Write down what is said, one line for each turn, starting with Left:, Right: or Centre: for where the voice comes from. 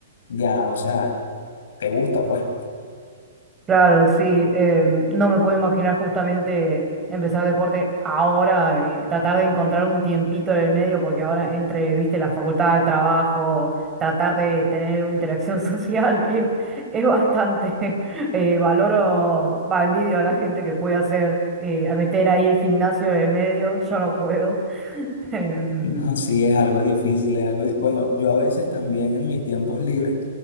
Left: ya, o sea, te gusta, pues.
Right: Claro, sí, em, no me puedo imaginar justamente empezar deporte ahora, eh, tratar de encontrar un tiempito en el medio, porque ahora entre, viste, la facultad, el trabajo, tratar de tener una interacción <laughs> social es, es bastante. <laughs> eh, valoro, va, envidio a la gente que puede hacer, eh, a meter ahí el gimnasio en el medio, yo no puedo. <laughs> Em,
Left: No, sí, es algo difícil, es algo... Bueno, yo a veces también en mis tiempos libres,